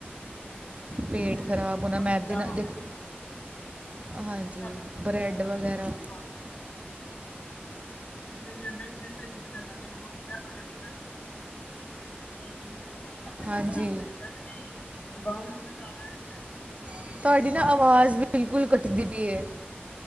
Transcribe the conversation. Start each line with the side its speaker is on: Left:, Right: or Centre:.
Left: ਮੈਂ ਤੇ ਮੇਰੀ ਛੋਟੀ
Right: ਪੇਟ ਖਰਾਬ
Left: ਮੰਮਾ
Right: ਹੋਣਾ ਮੈਦੇ
Left: ਪੀਜ਼ਾ
Right: ਨਾਲ
Left: ਖਾਣਾ
Right: ਦੇਖੋ
Left: ਐ ਪੀਜ਼ਾ। <unintelligible>
Right: ਹਾਂਜੀ ਬ੍ਰੈਡ ਵਗੈਰਾ
Left: ਇੱਕ ਦਿਨ ਜਾਂਦਾ ਇੱਕ ਦਿਨ ਫੇਰ ਜ਼ਿਦ ਕਰਨ ਲਗ ਜਾਂਦਾ, ਮੰਮਾ ਪੀਜ਼ਾ ਖਾਣਾਂ ਐ ਪੀਜ਼ਾ ਖਾਣਾਂ। ਮੈਂ ਕਿਹਾ ਪੀਜ਼ਾ ਨੀ ਖਾਣਾ ਮੈਂ ਤੇੈਨੂੰ
Right: ਹਾਂਜੀ
Left: ਬਣਾ ਕੇ ਦਿੰਨੀ, ਆਂਦਾ ਨਈ। ਬਾਰ ਵਾਲਾਂ ਖਾਣਾਂ ਐ,
Right: ਤੁਹਾਡੀ ਨਾ
Left: ਬਾਰ
Right: ਆਵਾਜ਼
Left: ਮੰਗਾਂਓ ਖ਼ੁਦ।
Right: ਬਿਲਕੁਲ ਕੱਟਦੀ ਪੀ ਐ।